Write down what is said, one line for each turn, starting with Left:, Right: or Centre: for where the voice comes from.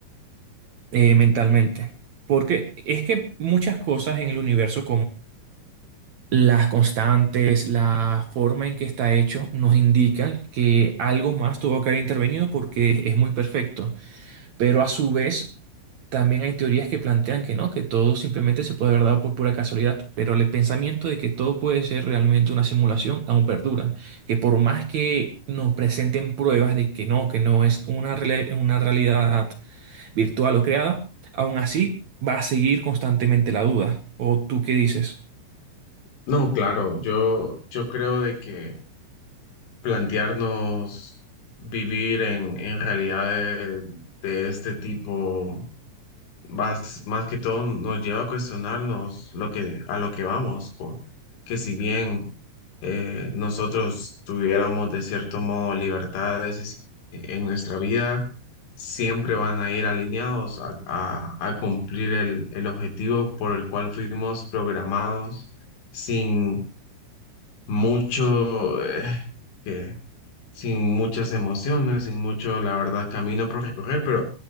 Right: eh, mentalmente. Porque es que muchas cosas en el universo, las constantes, la forma en que está hecho, nos indican que algo más tuvo que haber intervenido porque es muy perfecto. Pero a su vez, también hay teorías que plantean que no, que todo simplemente se puede haber dado por pura casualidad. Pero el pensamiento de que todo puede ser realmente una simulación aún perdura. Que por más que nos presenten pruebas de que no, que no es una, rela- una realidad virtual o creada, aún así va a seguir constantemente la duda. ¿O tú qué dices?
Left: No, claro, yo, yo creo de que plantearnos vivir en, en realidades de este tipo más, más que todo nos lleva a cuestionarnos lo que, a lo que vamos, co- que si bien eh, nosotros tuviéramos de cierto modo libertades en nuestra vida, siempre van a ir alineados a, a- a cumplir el, el objetivo por el cual fuimos programados sin mucho, eh, que, sin muchas emociones, sin mucho, la verdad, camino por recorrer, pero